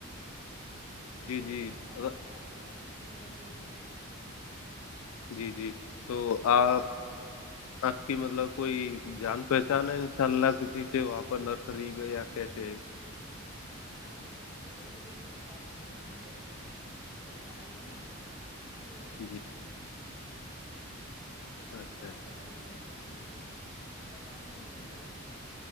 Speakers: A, on the right; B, on the left.
A: بالکل بھائی
B: جی
A: جان
B: جی
A: جاؤں گا
B: اگر-
A: تو میں آپ سے گفتگو کر کے ہی جاؤں گا
B: جی جی
A: کیا ہے کہ
B: تو
A: ساتھ
B: آپ آپ کی مطلب کوئی جان پہچان ہے ان شاء اللہ کسی سے وہاں پر نرسری میں یا کیسے
A: ہاں ویسے تو کوئی کچھ خاص ہے نہیں بٹ میرے ماما جی ہیں نا ان کی یہ پہچان
B: جی
A: ہے تو ان
B: اچھا
A: سے بات
B: اچھا
A: کر کے ہی جاؤں گا میں تو بتا دوں گا میں تمہیں ابھی